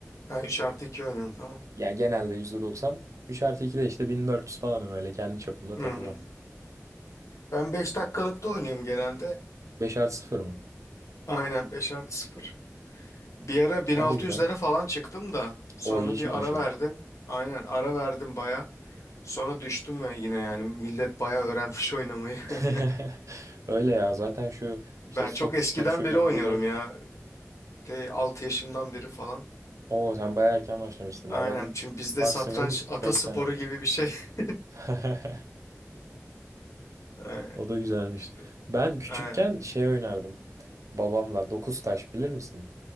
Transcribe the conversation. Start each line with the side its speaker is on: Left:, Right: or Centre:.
Left: Ha 3 artı 2 oynuyorum tamam.
Right: Yani genelde %90 üç artı 2 de işte 1400 falanım öyle kendi çapımda takılıyorum.
Left: Hı. Ben 5 dakikalıkta oynuyorum genelde.
Right: beş artı sıfır mı?
Left: Aynen 5 artı sıfır. Bir ara 1600'lere
Right: O da güzel.
Left: falan çıktım da sonra
Right: O iyi çıkmışsın.
Left: bir ara verdim. Aynen ara verdim baya. Sonra düştüm ya yine yani millet baya öğrenmiş oynamayı. <laughs>
Right: <laughs> Öyle ya zaten şu
Left: Ben
Right: işte Stockfish'tir
Left: çok eskiden
Right: şudur
Left: beri oynuyorum
Right: budur.
Left: ya. De, 6 yaşımdan beri falan.
Right: Oo sen bayağı erken başlamışsın.
Left: Aynen
Right: Ya ben
Left: çünkü bizde
Right: maksimum
Left: satranç atasporu
Right: 5 sene.
Left: gibi bir şey. <laughs>
Right: <laughs>
Left: Ee,
Right: O da güzelmiş.
Left: İşte
Right: Ben küçükken
Left: ee,
Right: şey oynardım. Babamla 9 taş bilir misin?